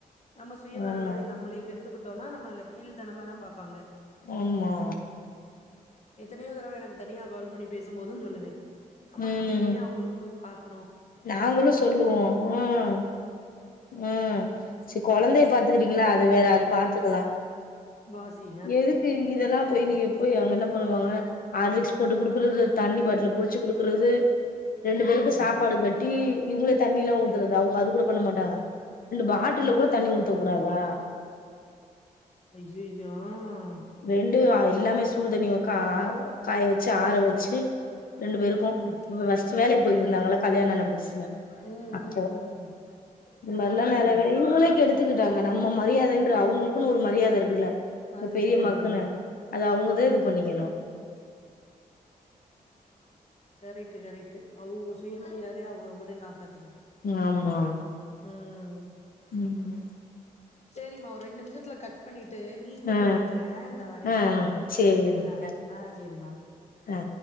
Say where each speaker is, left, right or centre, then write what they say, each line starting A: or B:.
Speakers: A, on the left (about 45°); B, on the left (about 65°).
A: நம்ம சுயமரியாதைய
B: ஆமா
A: நம்மளே எடுத்துக்கிட்டோனா நம்ம அந்த கீழ் தனமா தா பாப்பாங்க
B: ஆமா
A: எத்தனயோ தடவ எனக்கு தனியா கால் பண்ணி பேசும் போது சொல்லுவவே ஆமா
B: ம்
A: நீங்கே அவோளுக்கு போயி பாக்கணு
B: நாங்களு சொல்லுவோ ம் ம் செரி கொழந்தைய பாத்துக்கறீங்களா அது வேற அது பாத்துக்கலா
A: வாசிக
B: எதுக்கு இதெல்லா போய் நீங்க போய் அங்க என்ன பண்ணுவாங்க ஆர்லிக்ஸ் போட்டு குடுக்குறது தண்ணி பாட்டல புடிச்சு குடுக்குறது ரெண்டு
A: ம்
B: பேருக்கு சாப்பாடு கட்டி இவங்களே தண்ணில்லா ஊத்துறது அவங்க அது கூட பண்ண மாட்டாங்க ரெண்டு பாட்டுல்ல
A: ஆ,
B: கூட தண்ணி ஊத்த கூடாதா
A: ஐயயோ ஆ
B: <unintelligible> <unintelligible> எல்லாமே சூடுதண்ணி கா காய வச்சு ஆற வச்சு ரெண்டு பேருக்கும
A: ம்,
B: ஃபர்ஸ்ட் வேலைக்கு போயிருந்தாங்க
A: ம்,
B: இல்ல கல்யாணம் ஆன புது <unintelligible>
A: ம், ம்,
B: அப்போ
A: ம்,
B: இந் மாரி
A: ம்.
B: லா நெறைய <unintelligible> இவங்களே கெடுத் க்கிட்டாங்க நம்ம மரியாதைன்ற அவங்களுக்குன்னு ஒரு மரியாதை இருக்குல
A: அதுதான்,
B: பெரியமா
A: அதுதான்.
B: க்குன்னு அது அவங்கதா இது பண்ணிக்கணு <inaudible>
A: கரக்ட்டு கரக்ட்டு அவங்க சுயமரியாதைய அவுங்கவுங்க தா கா பாத்திகணு
B: ஆமா
A: ம்
B: ம்
A: சேரிமா ஒரு ரெண்டு நிமிஷத்துல கட் பண்ணிட் ட்டு நீ கூப்டு
B: ஆ
A: என்னையா ந்த வரறே
B: ஆ சேரி அண்ணி
A: ஆ ஆ சேரிமா
B: ஆ